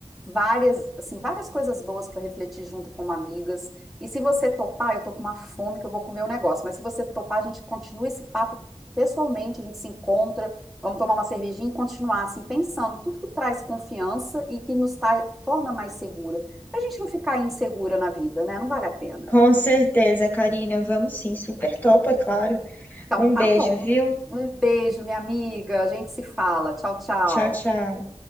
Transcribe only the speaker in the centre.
várias, assim, várias coisas boas para refletir junto como amigas. E se você topar, eu tô com uma fome que eu vou comer o negócio, mas se você topar, a gente continua esse papo pessoalmente, a gente se encontra, vamos tomar uma cervejinha e continuar assim pensando tudo que traz confiança e que nos tra- torna mais segura, pra gente não ficar insegura na vida, né? Não vale a pena.
Então
tá
bom.
Um beijo, minha amiga. A gente se fala. Tchau, tchau.